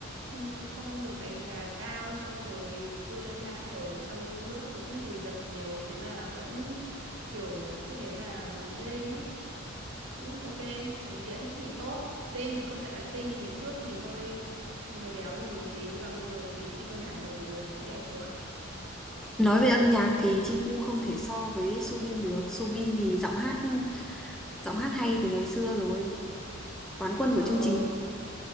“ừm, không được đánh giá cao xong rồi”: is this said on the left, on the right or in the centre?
Right